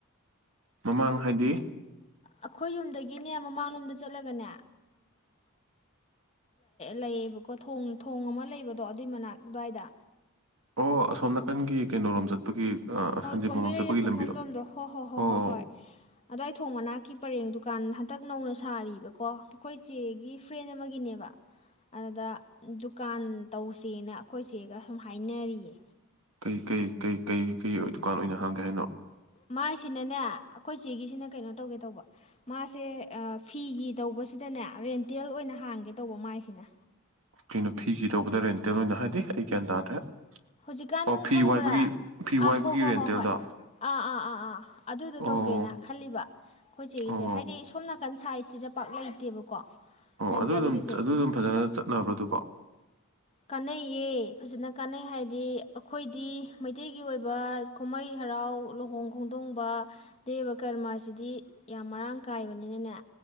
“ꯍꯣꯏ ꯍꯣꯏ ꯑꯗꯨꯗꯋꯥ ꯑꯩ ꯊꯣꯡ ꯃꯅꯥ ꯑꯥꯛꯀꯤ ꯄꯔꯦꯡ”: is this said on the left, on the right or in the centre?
Left